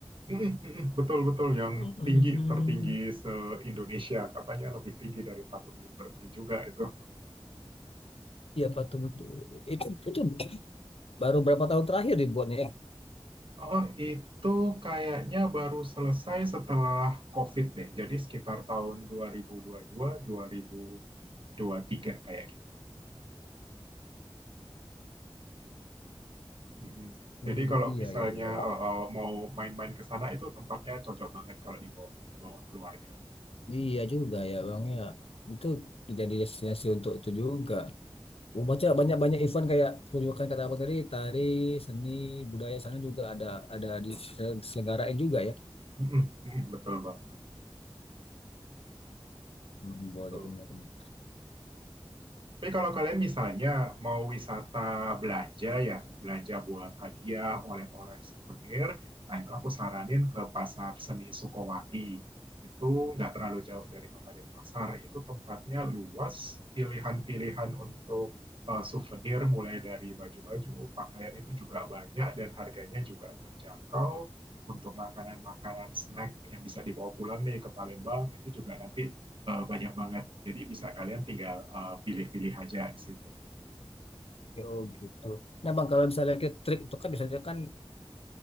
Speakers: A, on the right; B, on the left.
A: Mm, mm, mm, Betul, betul. Yang
B: Mm.
A: tinggi, tertinggi se-Indonesia. Katanya lebih tinggi dari Patung Liberty juga itu.
B: Iya patung itu. Itu itu baru berapa tahun terakhir dibuatnya ya?
A: Oh, itu kayaknya baru selesai setelah COVID deh. Jadi sekitar tahun 2022, 2023 kayak gitu. Mm, mm.
B: 2000.
A: Jadi kalau
B: Iya,
A: misalnya
B: iya, iya, iya.
A: eh, eh, mau main-main ke sana itu tempatnya cocok banget kalau dibawa, bawa keluarga.
B: Iya juga ya, Bang ya. Itu jadi destinasi untuk itu juga. Gua baca banyak-banyak event kayak tunjukkan kata Abang tadi, tari, seni, budaya sana juga ada ada diselenggarain juga ya.
A: Mm, mm, mm, Betul banget.
B: Hmm, Boleh
A: Tuh.
B: benar-benar.
A: Tapi kalau kalian misalnya mau wisata belanja ya, belanja buat hadiah, oleh-oleh, souvenir, nah itu aku saranin ke Pasar Seni Sukowati. Itu nggak terlalu jauh dari Kota Denpasar. Itu tempatnya luas, pilihan-pilihan untuk eh, souvenir mulai dari baju-baju, pakaian itu juga banyak dan harganya juga terjangkau. Untuk makanan-makanan snack yang bisa dibawa pulang nih ke Palembang, itu juga nanti uh, banyak banget. Jadi bisa kalian tinggal uh, pilih-pilih uh, aja di situ.
B: Oh gitu. Nah bang, kalau misalnya kita trip itu kan biasanya kan